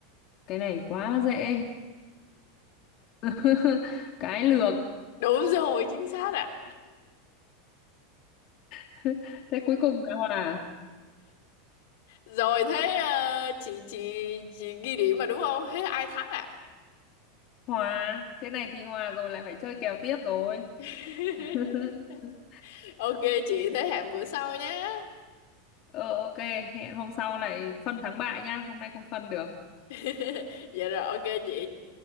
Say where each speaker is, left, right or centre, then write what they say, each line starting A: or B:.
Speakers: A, on the left; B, on the left.
A: Cái này quá dễ. <laughs> Cái lược.
B: Đúng rồi, chính xác ạ.
A: <laughs> Thế cuối cùng là hòa.
B: Rồi thế ờ, chị chị chị ghi điểm mà đúng không? Thế ai thắng ạ?
A: Hòa. Thế này thì hòa rồi lại phải chơi kèo tiếp rồi.
B: <laughs>
A: <laughs>
B: Ok chị, thế hẹn bữa sau nhé.
A: Ờ ok, hẹn hôm sau lại phân thắng bại nhá. Hôm nay không phân được.
B: <laughs> Dạ rồi ok chị,